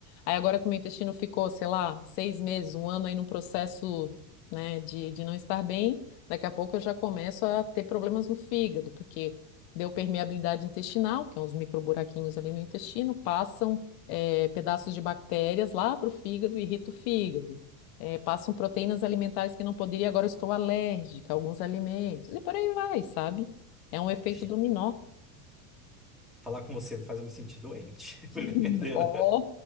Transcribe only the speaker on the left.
aí agora que o meu intestino ficou, sei lá, seis meses, um ano aí num processo, né, de, de não estar bem, daqui a pouco eu já começo a ter problemas no fígado, porque deu permeabilidade intestinal, que é uns microburaquinhos ali no intestino, passam eh, pedaços de bactérias lá para o fígado e irrita o fígado eh, passam proteínas alimentares que não poderia, agora eu estou alérgica a alguns alimentos, e por aí vai, sabe? É um efeito
dominó.
<laughs> Ó,